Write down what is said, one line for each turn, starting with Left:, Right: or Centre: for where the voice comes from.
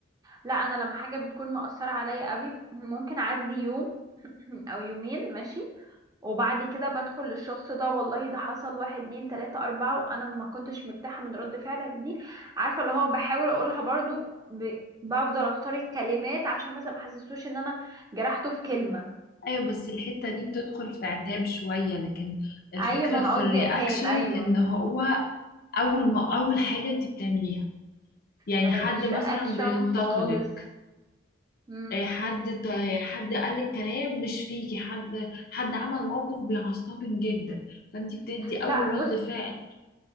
Right: لا انا لما حاجه بتكون مأثره عليا قوي ممكن اعدي يوم <clears throat> او يومين ماشي وبعد كده بدخل للشخص ده والله ده حصل واحد اتنين تلاتة أربعة وأنا ما كنتش مرتاحة من رد فعلك دي عارفة اللي هو بحاول أقولها برضو ب... بفضل أختار الكلمات عشان مثلا ما حسسوش إن أنا جرحته في كلمة
Left: ايوه بس الحتة دي بتدخل في عتاب شوية لكن الفكرة
Right: أيوة ما أنا
Left: في
Right: قصدي
Left: الرياكشن
Right: عتاب أيوة
Left: ان هو اول ما اول حاجة انت بتعمليها يعني
Right: ما بديش
Left: حد مثلا
Right: رياكشن
Left: بينتقدك
Right: خالص مم.
Left: آه، حد ت- حد قال الكلام مش فيكي حد حد عمل موقف بيعصبك جدا فانت بتدي اول
Right: لا
Left: رد
Right: بص
Left: فعل